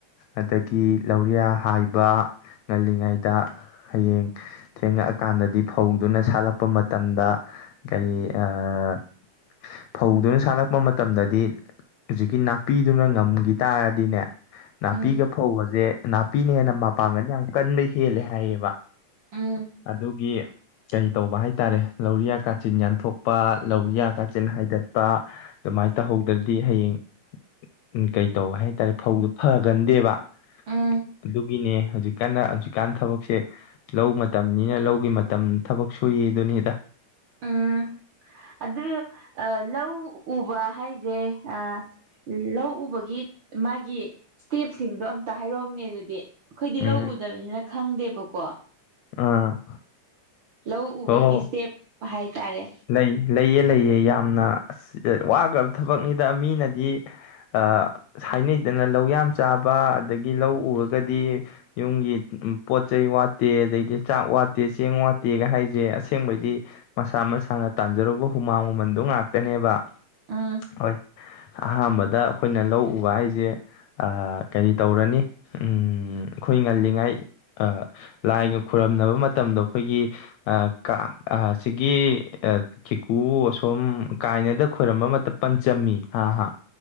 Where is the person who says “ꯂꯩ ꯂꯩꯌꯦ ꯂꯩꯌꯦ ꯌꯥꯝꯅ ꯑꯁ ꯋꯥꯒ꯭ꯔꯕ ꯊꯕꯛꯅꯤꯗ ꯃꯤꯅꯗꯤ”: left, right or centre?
Left